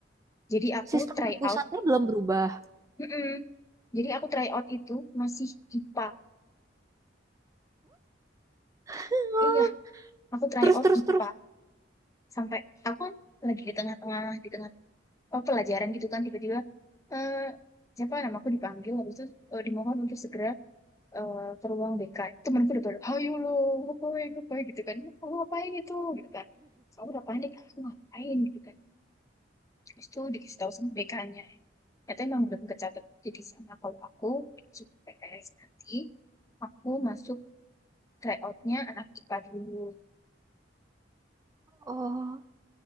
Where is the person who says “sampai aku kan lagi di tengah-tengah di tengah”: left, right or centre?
Left